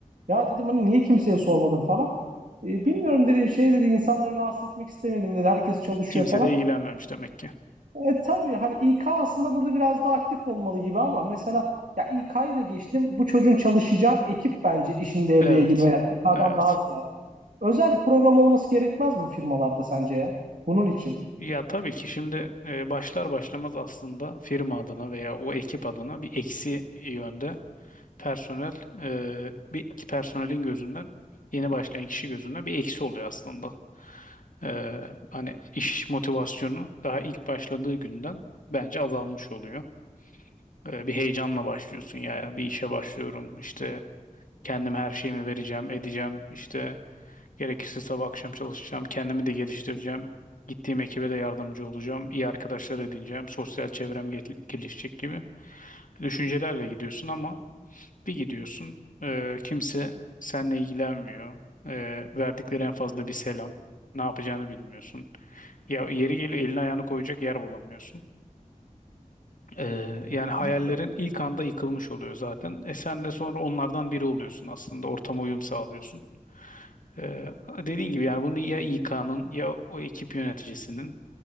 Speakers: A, on the right (about 70°); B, on the left (about 75°).
A: Ya dedim hani niye kimseye sormadım falan. E, bilmiyorum dedi şey dedi insanları rahatsız etmek istemedim dedi. Herkes çalışıyor
B: Kimse
A: falan.
B: de ilgilenmemiş demek ki.
A: E, tabii hani İK aslında burada biraz daha aktif olmalı gibi ama mesela ya İK'yı da geçtim. Bu çocuğun çalışacağı ekip bence işin devreye
B: Evet.
A: girmeli. Yani İK'dan
B: Evet.
A: daha ziyade. Özel bir program olması gerekmez mi firmalarda sence ya? Bunun için.
B: Ya tabii ki şimdi e, başlar başlamaz aslında firma adına veya o ekip adına bir eksi yönde personel e, bir personelin gözünden yeni başlayan kişi gözünden bir eksi oluyor aslında. E, hani iş motivasyonu daha ilk başladığı günden bence azalmış oluyor. E, bir heyecanla başlıyorsun ya ya bir işe başlıyorum işte kendim her şeyimi vereceğim edeceğim işte Gerekirse sabah akşam çalışacağım. Kendimi de geliştireceğim. Gittiğim ekibe de yardımcı olacağım. İyi arkadaşlar edineceğim. Sosyal çevrem gel- gelişecek gibi düşüncelerle gidiyorsun ama bir gidiyorsun e, kimse seninle ilgilenmiyor. E, verdikleri en fazla bir selam. Ne yapacağını bilmiyorsun. Ya yeri geliyor elini ayağını koyacak yer bulamıyorsun. Ee, yani
A: Kesinlikle.
B: hayallerin ilk anda yıkılmış oluyor zaten. E sen de sonra onlardan biri oluyorsun aslında. Ortama uyum sağlıyorsun. Ee, dediğin gibi yani bunu ya İK'nın ya o ekip yöneticisinin